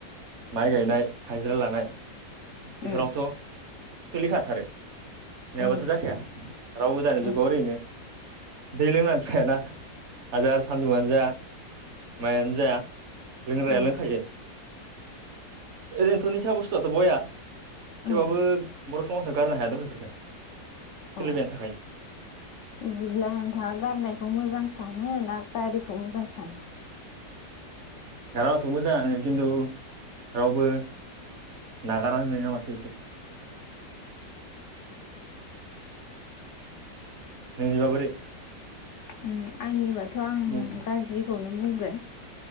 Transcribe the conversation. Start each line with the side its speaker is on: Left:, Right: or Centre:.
Right: माइ गायनाय हायाजिरा लानाय
Left: उम
Right: बेफोरावथ' सोलिखाथारो नङाबाथ'
Left: उम
Right: जा खाया रावबो दानि जुगाव
Left: उम
Right: ओरैनो दै लोंनानै थायाना हाजार सान्दुंङानो जा मायानो जा लोंग्राया
Left: उम
Right: लोंखायो।
Left: उम
Right: ओरैनोथ' निसा बस्थुआथ' बया थेवबाबो
Left: उम
Right: बर' समाजाव गारनो हायादख' बेफोरखो सोलिबायानो
Left: अ
Right: थाखायो।
Left: बिदिब्ला नोंथाङा गारनायखौ मोजां सानो ना गारिखौ मोजां सानो?
Right: गारबाथ' मोजाङानो खिन्थु रावबो नागारा नङा माथो इखो। नोंनिबा बोरै?
Left: उम आंनिबाथ' आं
Right: बुं
Left: गाज्रिखौनो बुंगोन।